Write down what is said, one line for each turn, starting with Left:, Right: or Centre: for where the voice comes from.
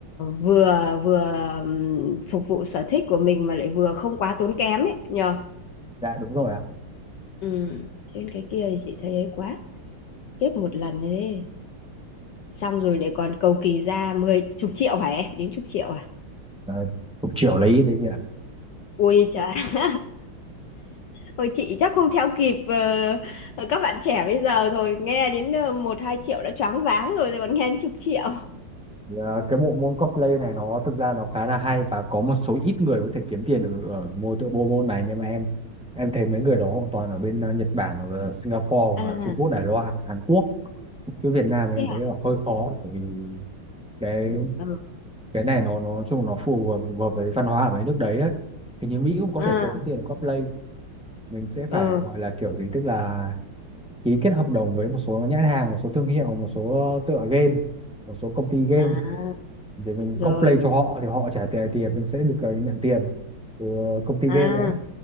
Left: vừa vừa ừm, phục vụ sở thích của mình mà lại vừa không quá tốn kém ấy nhờ
Centre: dạ đúng rồi ạ
Left: ừ. trên cái kia thì chị thấy ấy quá kiếp một lần như thế xong rồi để còn cầu kỳ ra mười chục triệu hả em đến chục triệu à
Centre: Đấy, chục triệu lấy đấy chị ạ
Left: ui trời <laughs> ôi chị chắc không theo kịp ờ, các bạn trẻ bây giờ thôi nghe đến ờ, một hai triệu đã choáng váng rồi rồi còn nghe đến chục triệu
Centre: Ờ, cái bộ môn cosplay này nó thực ra nó khá là hay và có một số ít người có thể kiếm tiền ở, ở môn tự bộ môn này nhưng mà em em thấy mấy người đó hoàn toàn ở bên ờ, Nhật Bản hoặc là Singapore hoặc
Left: à
Centre: là Trung Quốc Đài Loan Hàn Quốc chứ Việt Nam thì
Left: thế
Centre: em
Left: à
Centre: thấy là hơi khó bởi vì cái
Left: ừ
Centre: cái này nó nó nói chung nó phù hợp, phù hợp với văn hóa ở mấy nước đấy ấy. Hình như Mỹ cũng có
Left: à
Centre: thể có kiếm tiền ở cosplay mình sẽ phải
Left: ừ
Centre: gọi là kiểu gì tức là ký kết hợp đồng với một số nhãn hàng một số thương hiệu một số ờ, tựa game một số công ty game
Left: à
Centre: để mình
Left: rồi
Centre: cosplay cho họ thì họ trả tiền thì mình sẽ được ờ, nhận tiền từ công ty
Left: à
Centre: game đấy